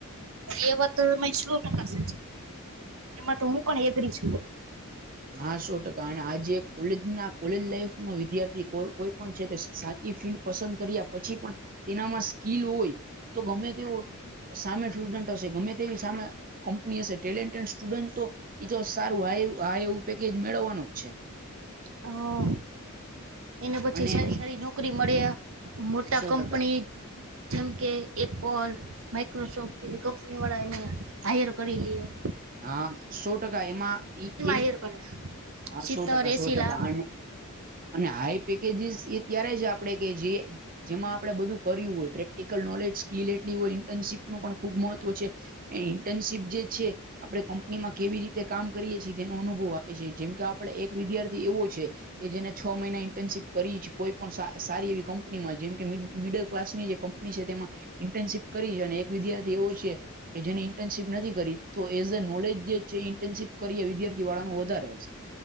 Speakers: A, on the right; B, on the right.
A: એ વાતરી સો ટકા એમાં તો હું પણ એગરી છું
B: હા સો ટકા અને આજે કોલેજ ના કોલેજ લાઈફ નો વિદ્યાર્થી કોઈ પણ છે તે સાચી ફિલ્ડ પસંદ કર્યા પછી પણ તેનામાં સ્કીલ હોય તો ગમે તે સામે સ્ટુડન્ટ હશે ગમે તેવી સામે કંપની હશે ટેલેન્ટેડ સ્ટુડન્ટ તો તો સારું આ એવું પેકેજ મેળવવાનું જ છે.
A: હા. એના પછી
B: અને
A: સારી સારી નોકરી મળે. મોટા
B: સો
A: કંપની
B: ટકા
A: જેમ કે એપ. માઇક્રોસોફ્ટથી કંપની વાળા એને હાયર કરી લ.
B: હા સો ટકા એમાં એવી
A: હાયર કરે
B: હા
A: સિત્તેર
B: સો ટકા
A: એસી
B: સો ટકા
A: લાખ
B: અને અને હાઈ પેકેજીસ એ ત્યારે જ આપણેે કે જે જેમાં આપણે બધું કર્યું હોય પ્રેક્ટિકલ નોલેજ સ્કીિલ એટલી હોય ઇન્ટર્નશીપ પણ ખુબ મહત્વ છે એ ઇન્ટર્નશીપ જે છે આપે કંપનીમાં કેવી રીતે કામ કરી તેનો અનુભવ આપે છે જેમ કે આપડ એક વિદ્યાર્થી એવો છે કે જેને છ મહિના ઇન્ટર્નશીપ કરી છી કોઈ પણ સારી એવી કંપનીમાં જેમ કે મિડલ ક્લાસ ની જે કંપની છે તેમાં ઇન્ટર્નશીપ કરી છે અને એક વિદ્યાર્થી એવો છે કે જેને ઇન્ટર્નશીપ નથી કરી તો એઝ અ નોલેજ જે છે ઇન્ટર્નશીપ કરી વિદ્યાર્થી વાળા વધારે હશે